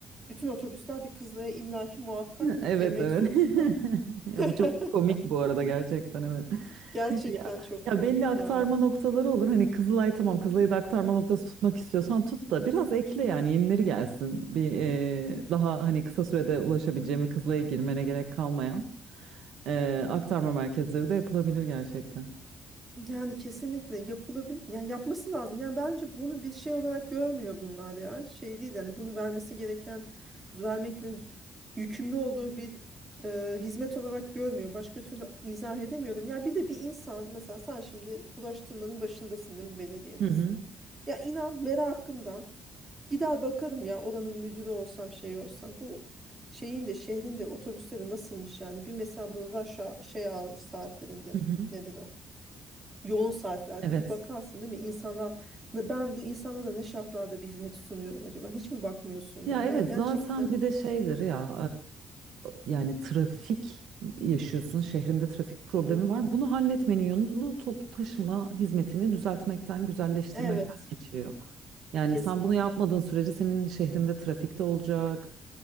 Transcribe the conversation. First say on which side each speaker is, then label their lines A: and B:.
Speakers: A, on the right; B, on the right.
A: bütün otobüsler bir Kızılay'a illaki muhakkak
B: <laughs> Evet
A: girmek
B: evet.
A: zorunda.
B: <laughs> Ya
A: <laughs>
B: bu çok komik bu arada gerçekten evet.
A: Gerçekten
B: Ya,
A: çok
B: ya
A: komik
B: belli aktarma
A: ya.
B: noktaları olur. Hani Kızılay tamam
A: Hı
B: Kızılay'ı
A: hı.
B: da aktarma noktası tutmak istiyorsan tut da biraz ekle yani yenileri gelsin. Bir e, daha hani kısa sürede ulaşabileceğim ve Kızılay'a girmene gerek kalmayan e, aktarma merkezleri de yapılabilir gerçekten.
A: Yani kesinlikle yapılabilir. Yani yapması lazım. Yani bence bunu bir şey olarak görmüyor bunlar ya. Şey değil yani bunu vermesi gereken vermekle z- yükümlü olduğu bir e, hizmet olarak görmüyor. Başka türlü izah edemiyorum. Ya bir de bir insan mesela sen şimdi ulaştırmanın başındasın değil mi belediyedesin.
B: Hı hı,
A: Ya inan merakımdan gider bakarım ya oranın müdürü olsam şey olsam. Bu şeyin de şehrin de otobüsleri nasılmış yani. Bir mesela bu rush hour- şey hour saatlerinde
B: hı hı.
A: nedir o? yoğun saatlerde
B: Evet.
A: bir bakarsın değil mi? İnsanlar, ben bu insanlara ne şartlarda bir hizmet sunuyorum acaba? Hiç mi bakmıyorsun yani?
B: Ya evet
A: Yani gerçekten.
B: zaten bir de şeydir ya e, yani trafik yaşıyorsun şehrinde trafik problemi
A: Mhm.
B: var. Bunu halletmenin yolu toplu taşıma hizmetini düzeltmekten, güzelleştirmekten
A: Evet,
B: geçiyor. Yani
A: kesinlikle.
B: sen bunu yapmadığın sürece senin şehrinde trafik de olacak.